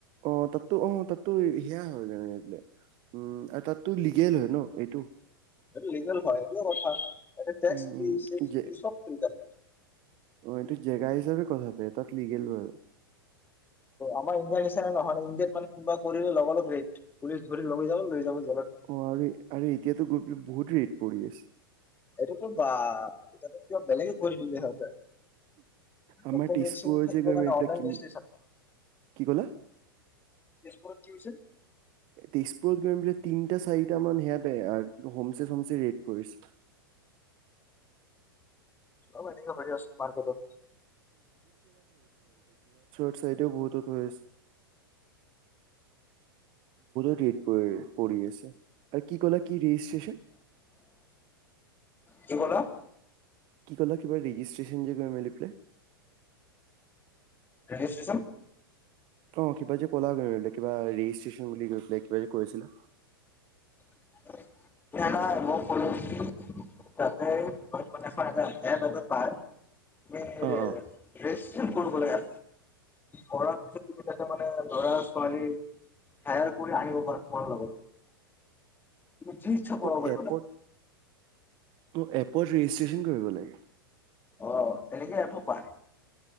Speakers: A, on the right; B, on the left.
A: অ তাততো, অ তাততো সেয়া হয় মানে এই বোলে, উম আৰু তাততো লিগেল হয় ন, এইটো
B: সেইটো লিগেল হয়, সেইটোহে কথা তাতে টেক্স-ফ্ৰী,
A: উম, উম,
B: <unintelligible> - ফ্ৰী,
A: যে
B: চব ফ্ৰী তাতে।
A: অ' এইটো জেগা হিচাপে কথা বে, তাত লিগেল হয়।
B: আমাৰ ইণ্ডিয়াৰ নিচিনা নহয়, ইণ্ডিয়াত মানে কোনোবা কৰিলে লগা-লগ ৰেড, পুলিচ ধৰি লৈ যাব, লৈ যা
A: অ, আৰু, আৰু এতিয়াতো গৈ পেলাই বহুত ৰেড পৰি আছে
B: এইটোতো বা, এতিয়াটো কিবা বেলেগে কৰি দিলে হেঁতেন
A: আমাৰ
B: অপ
A: তেজপুৰৰ
B: মেচিন থাকিব
A: যে গৈ
B: কাৰণে
A: এইবিলাক
B: অনলাইন
A: কি
B: ৰেজিষ্ট্ৰেচন,
A: কি ক'লা?
B: তেজপুৰত কি হৈছে?
A: তেজপুৰত গৈ বোলে তিনটা-চাৰিটা মান সেয়াতে আৰ, হোমচে-চোমচে ৰেড পৰিছে।
B: চব আজিকালি ভ্যালুলেছ মাৰ্কেটত
A: <unintelligible> বহুতো ধৰি আছ, <unintelligible> ৰেড পৰি-পৰি আছে আৰু কি কলা কি ৰেজিষ্ট্ৰেচন?
B: কি ক'লা
A: কি ক'লা? কিবা ৰেগিষ্ট্ৰেচন <unintelligible> প্লে
B: ৰেজিষ্ট্ৰেচন
A: অ কিবা যে ক'লা গোলে, কিবা ৰি <unintelligible> বুলি গৈ পেলাই কিবা কৈছিলা
B: <inaudible> <inaudible> <inaudible> কৰিব
A: অ অ
B: লাগে, কৰাৰ পিছত তুমি তাতে মানে ল'ৰা-ছোৱালী হায়াৰ কৰি আহিব পাৰা তোমাৰ লগত। তুমি <unintelligible>
A: অ এপত
B: <unintelligible>
A: অ এপত ৰেজিষ্ট্ৰচন কৰিব লাগে
B: অ এনেকে এফো পায়